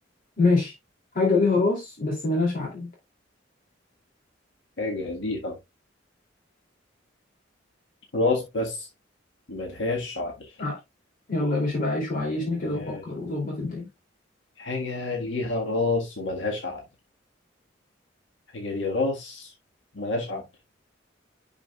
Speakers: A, on the left (about 45°); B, on the left (about 75°).
A: ماشي حاجة ليها راس بس ملهاش عقل
B: حاجة ليها راس بس ملهاش عقل
A: عقل يلا يا باشا بقى عيش وعيشني كده
B: ملهاش-
A: وفكر وظبط الدنيا
B: حاجة ليها راس وملهاش عقل حاجة ليها راس وملهاش عقل